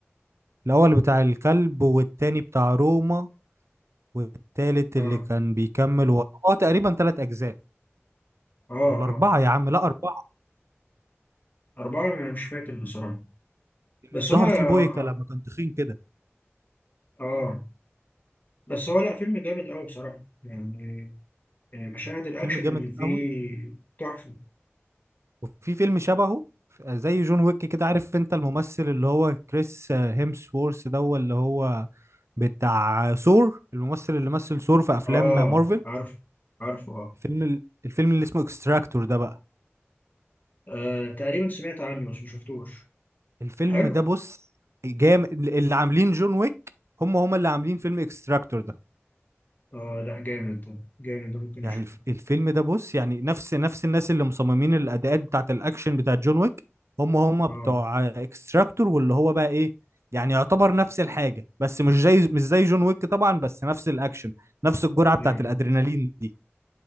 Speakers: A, on the right; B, on the left.
A: الاول بتاع الكلب والتاني بتاع روما والتالت
B: اه
A: اللي كان بيكمل و... اه تقريبا ثلاث اجزاء
B: اه
A: ولا
B: اه
A: اربعه يا عم لا اربعه
B: اربعه انا مش فاكر بصراحه
A: اللي
B: بس
A: ظهر
B: هما
A: فيه
B: اه,
A: بويكا لما كان تخين كده
B: آه آه. بس هو لا فيلم جامد قوي بصراحه يعني آه، مشاهد الاكشن
A: فيلم جامد
B: اللي فيه
A: قوي
B: تحفه
A: وفي فيلم شبهه زي جون ويك كده عارف انت الممثل اللي هو كريس هيمسورث ده هو اللي هو بتاع ثور الممثل اللي مثل ثور في افلام
B: اه
A: مارفل
B: عارف عارفه آه.
A: فيلم ال- الفيلم اللي اسمه اكستراكتور ده بقى
B: آه تقريبا سمعت عنه بس ما شفتوش
A: الفيلم
B: حلو
A: ده بص جامد اللي عاملين جون ويك هم هم اللي عاملين فيلم اكستراكتور ده
B: اه لا جامد ده جامد ده ممكن
A: يعني
B: اشوفه
A: الف- الفيلم ده بص يعني نفس نفس الناس اللي مصممين الاداءات بتاعت الاكشن بتاعت جون ويك هم هم
B: اه
A: بتوع اكستراكتور واللي هو بقى ايه يعني يعتبر نفس الحاجه بس مش زي مش زي جون ويك طبعا بس نفس الاكشن نفس الجرعه
B: ايوه
A: بتاعت الادرينالين دي